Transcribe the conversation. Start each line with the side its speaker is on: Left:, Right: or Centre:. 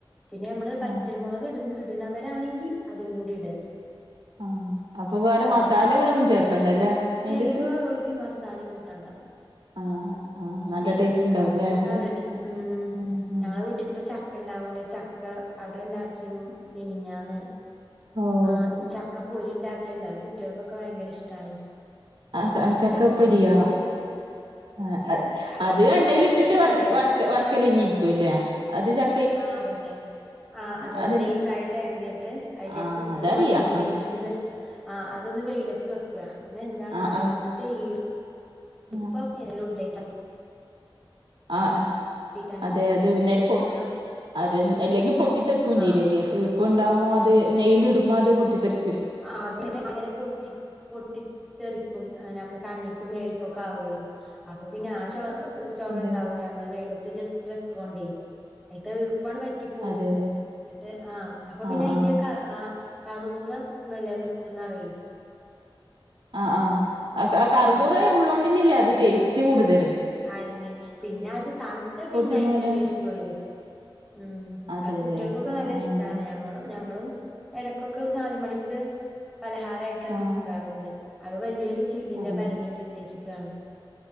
Centre: പിന്നെ അമ്മള് വറ്റൽ
Right: ആ
Centre: മൊളക് ഇട് ഇട്ണവരാണെങ്കി അതും കൂടി ഇടാ
Right: ആഹ് അപ്പൊ വേറെ
Centre: അങ്ങിട്ട്
Right: മസാലകളൊന്നും
Centre: അപ്പൊ
Right: ചേർക്കണ്ടല്ലേ അയിന്റെത്ത്
Centre: ഏഹ് <unintelligible> മസാലയും കൂട്ടണ്ട
Right: ആഹ് ആഹ് നല്ല
Centre: ഉം
Right: ടേസ്റ്റ് ഉണ്ടാവുംല്ലേ
Centre: ചക്ക കൂട്ടാറെഡി
Right: അത് ആഹ്
Centre: ഉം ഞങ്ങളെ വീട്ടിൽ പ്പം ചക്കണ്ടാവോണ്ടേ ചക്ക അടണ്ടാക്കി ന്നും പിന്നെ ഞാന്
Right: ഓഹ്
Centre: ആ ചക്കപ്പൊരി ഉണ്ടാക്കല്ല കുട്ടികൾക്കൊക്കെ ഭയങ്കര ഇഷ്ടാണ്
Right: ആഹ് ചക്ക
Centre: ഓരൊക്കെ
Right: ഉപ്പേരിയാ
Centre: നല്ലോം കൂട്ടും അത്
Right: ആഹ്
Centre: ചക്കപ്പൊരി
Right: അത് എണ്ണയില്ട്ട്ട്ട്
Centre: ഇങ്ങള് കേട്ടിട്ടില്ലേ
Right: വർ വർക്ക വർക്കലെന്നെര്ക്കൂല്ലേ. അത് ച
Centre: ആഹ്, അതെന്നെ ആഹ് അതെന്നെ
Right: അതന്നെ
Centre: നെയ്സായിട്ട് അരിഞ്ഞിട്ട് അയിലേക്ക്
Right: ആഹ്
Centre: ഉപ്പും
Right: അതറിയാ
Centre: മഞ്ഞപ്പൊടിയൊക്കെ
Right: ആഹ്
Centre: ഇട്ടിട്ട് ജസ് ആഹ്, അതൊന്ന് വെയിലത്ത് വെക്കാ ന്നാന്താന്നറിയോ
Right: ആഹ് ആഹ്
Centre: അതിത്തെ ഈർ ഉപ്പം
Right: ആഹ്
Centre: <unintelligible> ഉണ്ടെങ്കിൽ
Right: ആഹ്,
Centre: ട്ടാണത്
Right: അതെ അത് നേര്പ്പോ
Centre: നമ്മള
Right: അത് അല്ലെങ്കി പൊട്ടിത്തെറിക്കും
Centre: ആഹ്
Right: ചെയ്യും ഇർപ്പ് ഇണ്ടാവുമോ അത് നെയ്യിൽ ഇടുമ്പോ അത് പൊട്ടിത്തെറി
Centre: ആഹ് അതെ <unintelligible> അങ്ങനെ പൊട്ടി പൊട്ടിത്തെറിക്കും അനെ അഒക്കെ കണ്ണിക്കും മേൽക്കുംക്കെ ആവോലോ അപ്പൊ പിന്നെ ആ ശോ ചൊറുണ്ടാവൂല
Right: അതെ
Centre: നമ്മള് വെയിലത്ത് ജസ്റ്റ് വെക്കോണ്ടേ തീർപ്പാണ് പ റ്റിപോവും,
Right: അതെ അതെ
Centre: ന്നട്ട് ആഹ് അപ്പൊ പിന്നെ
Right: ആഹ്
Centre: അയിന്റെ
Right: ആഹ്
Centre: കാ ആ കറുമുറ ന്നുല്യ, നിർത്തുംന്ന് അറിയി
Right: ആഹ്, ആഹ് ആ ക ആ കർമുറേ
Centre: ആഹ്
Right: ഉള്ളോണ്ടിന്ന്യല്ലേ അത് ടേസ്റ്റ് കൂട്തല്.
Centre: അയിനെ പിന്നെ അത് തണുത്താ പിന്നെ
Right: പൊട്ടുന്ന
Centre: അയിന്റെ
Right: പോലെ
Centre: ടേസ്റ്റ് പോയില്ലേ ഉം,
Right: അതെ
Centre: അയ്
Right: അതെ
Centre: കുട്ട്യൾക്കൊക്കെ നല്ല
Right: ആഹ്
Centre: ഇഷ്ടാണ് ഞങ്ങളും ഞങ്ങളും എടക്കൊക്കെ നാലുമണിക്ക് പലഹാരായിട്ട് അത്ട്ക്കാറ്ണ്ട്.
Right: ആഹ്
Centre: അത് വലിയൊരു ചില്ലിന്റെ
Right: അങ്ങനെ
Centre: ഭരണീല് ട്ടേച്ച്ക്കാണ്.